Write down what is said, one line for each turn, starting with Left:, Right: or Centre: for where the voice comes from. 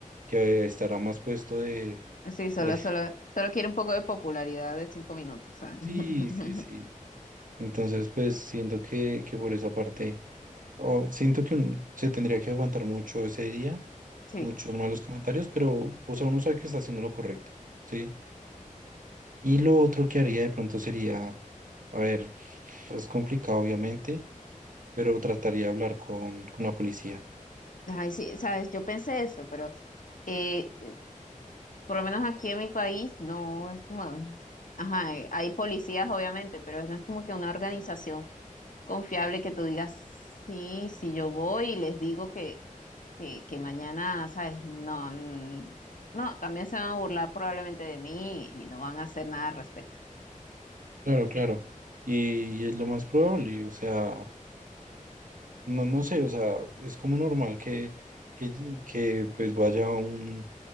Right: que estará más puesto de,
Left: Sí, solo,
Right: de...
Left: solo,
Right: <laughs>
Left: solo quiere un poco de popularidad de cinco minutos, ¿sabes? <laughs>
Right: Sí, sí, sí. Entonces, pues siento que, que por esa parte, o siento que uno se tendría que aguantar mucho ese día,
Left: Sí.
Right: muchos malos comentarios, pero, o sea, uno sabe que está haciendo lo correcto, ¿sí? Y lo otro que haría de pronto sería, a ver, es complicado obviamente, pero trataría de hablar con, con la policía.
Left: Ay, sí, sabes, yo pensé eso, pero eh, por lo menos aquí en mi país no es como, ajá, eh, hay policías obviamente, pero no es como que una organización confiable que tú digas, sí, si yo voy y les digo que, que, que mañana, sabes, no, mm, no, también se van a burlar probablemente de mí y no van a hacer nada al respecto.
Right: Claro, claro. Y, y es lo más probable, o sea, no, no sé, o sea, es como normal que, que, que, pues vaya un,